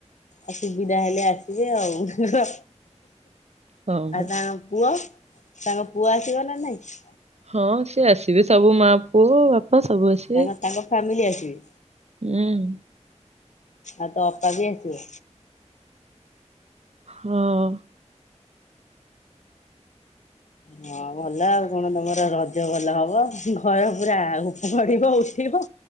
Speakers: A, on the left (about 80°); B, on the right (about 65°).
A: ଅ ସୁବିଧା ହେଲେ ଆସିବେ ଆଉ ହେଁ ହଁ
B: ହଉ
A: ଆଉ ତାଙ୍କ ପୁଅ ତାଙ୍କ ପୁଅ ଆସିବ ନା ନାଇଁ?
B: ହଁ ସିଏ ଆସିବେ ସବୁ ମା ପୁଅ ବାପା ସବୁ ଆସିବେ।
A: ତାଙ୍କ ତାଙ୍କ ଫ୍ୟାମିଲି ଆସିବେ
B: ଏଁ ହୁଁ।
A: ଆଉ ତ ଅପା ବି ଆସିବେ।
B: ହଁ।
A: ହଁ ଭଲ ଆଉ କଣ ତମର ରଜ ଭଲ ହବ ଘର ପୁରା ଉଠି ପଡ଼ିବ ଉଠିବ।